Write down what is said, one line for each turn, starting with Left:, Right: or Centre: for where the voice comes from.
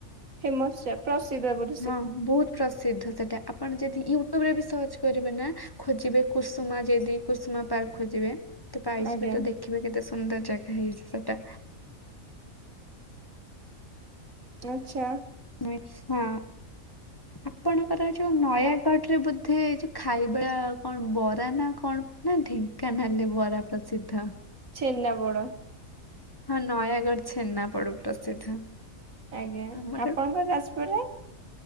Right: ଫେମସ୍ୟା ପ୍ରସିଦ୍ଧ ବୋଲି
Left: ହଁ ବହୁତ୍ ପ୍ରସିଦ୍ଧ ସେଟା ଆପଣ ଯଦି ୟୁଟ୍ୟୁବ୍‌ରେ ବି ସର୍ଚ୍ଚ କରିବେ ନାଁ ଖୋଜିବେ କୁସୁମା ଯିଦି କୁସୁମା ପାର୍କ୍ ଖୋଜିବେ ତ ପାଇଯିବେ
Right: ଆଜ୍ଞା
Left: ତ ଦେଖିବେ କେତେ ସୁନ୍ଦର୍ ଜାଗା ହେଇସି ସେଟା
Right: ପଛା
Left: ଆଛା। ଆପଣଙ୍କର ଯୋଉ ନୟାଗଡ଼ରେ ବୋଧେ ଯୋଉ ଖାଇବା କଣ ବରା ନା କଣ ନା ଢେ ଙ୍କାନାଳରେ ବରା ପ୍ରସିଦ୍ଧ।
Right: ଛେନାପୋଡ଼।
Left: ହଁ ନୟାଗଡ଼ ଛେନାପୋଡ଼ ପ୍ରସିଦ୍ଧ।
Right: ଆଜ୍ଞା।
Left: ଆମର
Right: ଆପଣଙ୍କ ଯାଜପୁରରେ?